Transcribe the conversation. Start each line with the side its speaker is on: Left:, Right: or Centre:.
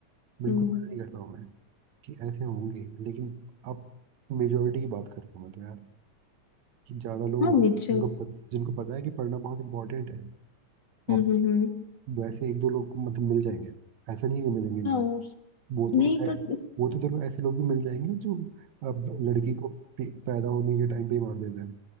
Right: बिल्कुल
Left: हम्म
Right: मना नहीं कर रहा हूँ मैं कि ऐसे होंगे लेकिन अब मेजोरिटी की बात करता हूँ मैं तो यार कि ज़्यादा लोग
Left: हाँ
Right: हो
Left: मिर्चो
Right: जिनको पत, जिनको पता है कि पढ़ना बहुत इंपॉर्टेंट है
Left: हम्म
Right: और
Left: हम्म हम्म
Right: वैसे एक दो लोग मतलब मिल जाएंगे ऐसा नहीं है कि मिलेंगे नहीं
Left: हाँ
Right: वो
Left: नहीं
Right: तो है
Left: पर
Right: वो तो देखो ऐसे लोग भी मिल जाएंगे जो अब लड़की को पे- पैदा होने के टाइम पे ही मार देते हैं